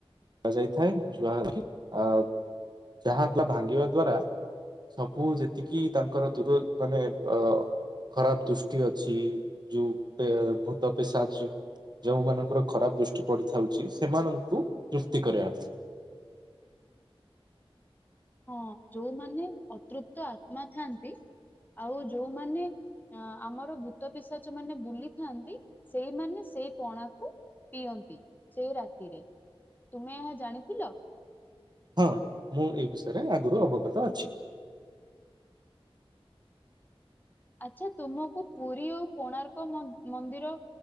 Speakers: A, on the right (about 45°); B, on the left (about 20°).
A: ଯାଇଥାଏ ଯାହା କି ଆ ଯାହା ଭାଙ୍ଗିବା ଦ୍ଵାରା ସବୁ ଯେତିକି ତାଙ୍କର ଦୂର ମାନେ ଅ ଖରାପ ଦୃଷ୍ଟି ଅଛି ଯୋଉ ପେ ଭୂତ ପିସାଚ ଯେଉଁମାନଙ୍କର ଖରାପ ଦୃଷ୍ଟି ପଡିଥାଉଛି ସେମାନଙ୍କୁ ତୃପ୍ତି କରିବା ପାଇଁ।
B: ହଁ ଯୋଉମାନେ ଅତୃପ୍ତ ଆତ୍ମା ଥାଆନ୍ତି ଆଉ ଯୋଉମାନେ ଅ ଆମର ଭୂତ ପିଶାଚ ମାନେ ବୁଲିଥାନ୍ତି ସେଇମାନେ ସେଇ ପଣାକୁ ପିଅନ୍ତି ସେଇ ରାତିରେ, ତୁମେ ଏହା ଜାଣିଥିଲ?
A: ହଁ ମୁଁ ଏଇ ବିଷୟରେ ଆଗରୁ ଅବଗତ ଅଛି।
B: ଆଚ୍ଛା ତୁମକୁ ପୁରୀ ଆଉ କୋଣାର୍କ ମ ମନ୍ଦିର